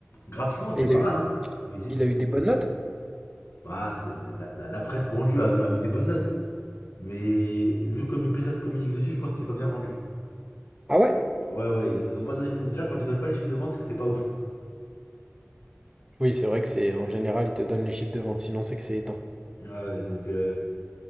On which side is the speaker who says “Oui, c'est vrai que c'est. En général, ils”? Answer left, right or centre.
Right